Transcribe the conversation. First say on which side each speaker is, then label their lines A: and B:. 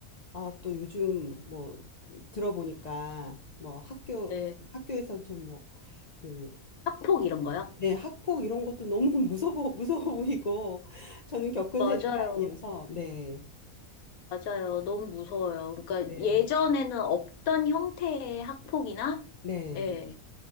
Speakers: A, on the left; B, on the left.
A: 아, 또 요즘 뭐 들어보니까 뭐 학교,
B: 네.
A: 학교에서 좀 뭐 그,
B: 학폭 이런 거요?
A: 네, 학폭 이런 것도 너무 <laughs> 무서워, 무서워 보이고, 저는 겪은
B: 맞아요.
A: 세대가 아니어서, 네,
B: 맞아요. 너무 무서워요. 그러니까
A: 네,
B: 예전에는 없던 형태의 학폭이나,
A: 네,
B: 예,